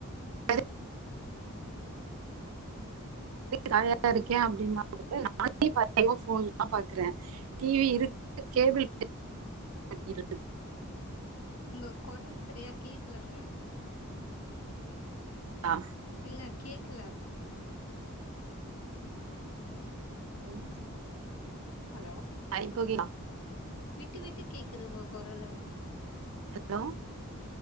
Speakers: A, on the right; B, on the left.
A: <inaudible> <inaudible> காயாருக்கே அப்டின்னா <inaudible> ஃபோன்தா பாக்குற டிவி இருக் கேபுள் <inaudible>
B: உங்க கொரல் சரியா கேக்லங்க
A: ஆ
B: இல்ல கேக்கல
A: பா
B: ஹலோ
A: ஐ ப்ப ஓகேங்லா
B: விட்டு விட்டு கேக்குது உங்க கொரலு
A: ஹலோ